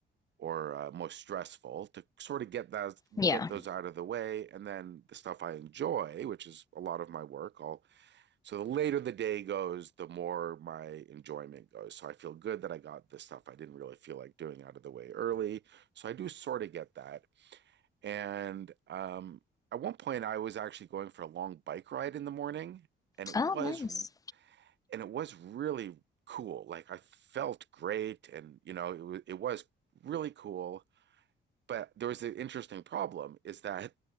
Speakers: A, on the right; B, on the left.
A: or uh, most stressful to sort of get those
B: yeah.
A: get those out of the way and then the stuff I enjoy, which is a lot of my work, I'll so the later the day goes, the more my enjoyment goes. So I feel good that I got the stuff I didn't really feel like doing out of the way early. So I do sort of get that. And um, at one point, I was actually going for a long bike ride in the morning, and it
B: Oh,
A: was
B: nice.
A: and it was really cool. Like I felt great, and you know, it was it was really cool. But there was an interesting problem is that